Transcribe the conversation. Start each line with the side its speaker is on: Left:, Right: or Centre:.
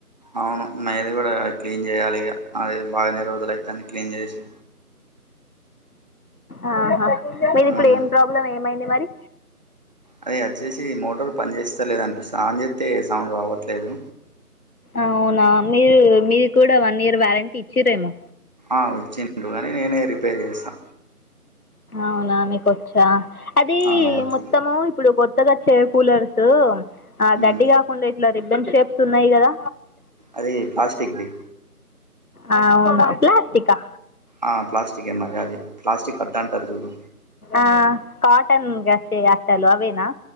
Right: అవును మాది కూడా క్లీన్ చేయాలి ఇక అది బాగానే రోజులు అయితాన్ని క్లీన్ చేసి
Left: ఆహా మీది ఇప్పుడు
Right: ఉమ్
Left: ఏం ప్రాబ్లం ఏమైంది మరి
Right: అదే వచ్చేసి మోటార్ పని చేేస్తా లేద అనిపిస్తుంది అని చెతే సౌండ్ రావట్లేదు
Left: అవునా మీరు మీరు కూడా వన్ ఇయర్ వ్యారంటీ ఇచ్చిరేమో
Right: ఆ వచ్చిగాని నేనే రిపేర్ చేసా
Left: అవునా మీక వచ్చా అది
Right: ఆ వర్క్ది
Left: మొత్తము ఇప్పుడు కొత్తగా వచ్చే కూలర్సు ఆ
Right: ఉమ్
Left: గడ్డి కాకుండా ఇట్లా రిబ్బండ్ షేప్స్ ఉన్నాయి కదా
Right: అది ప్లాస్టిక్దిి
Left: ఆ అవునా ప్లాసకా
Right: ఆ ప్లాస్టికే మరి అది ప్లాస్టిక్ కట్ట అంటారు చూడు
Left: ఆహ్ కటన్ బెడ్షీట్ ఆహ్ కట్టాలు అవేనా